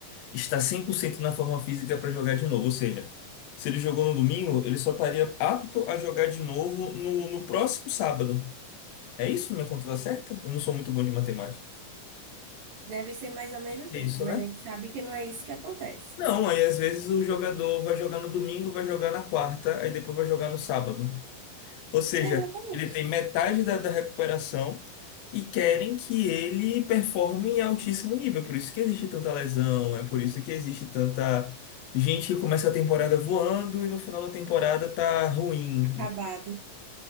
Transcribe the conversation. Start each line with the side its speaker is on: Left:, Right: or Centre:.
Left: estar 100% na forma física para jogar de novo. Ou seja, se ele jogou no domingo, ele só estaria apto a jogar de novo no, no próximo sábado. É isso? Minha conta tá certa? Eu não sou muito bom de matemática.
Right: Deve ser mais ou menos
Left: É
Right: isso,
Left: isso,
Right: mas
Left: né?
Right: a gente sabe que não é isso que acontece.
Left: Não, aí às vezes o jogador vai jogar no domingo, vai jogar na quarta, aí depois vai jogar no sábado. Ou seja,
Right: É exatamente.
Left: ele tem metade da, da recuperação e querem que ele performe em altíssimo nível. É Por isso que existe tanta lesão, é por isso que existe tanta gente que começa a temporada voando e no final da temporada tá ruim
Right: Acabado.